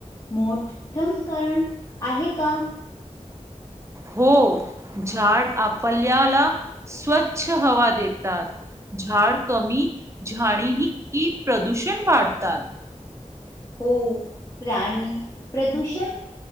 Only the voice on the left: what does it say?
मोठम कारण आहे का?
हो. प्राणी प्रदूषण-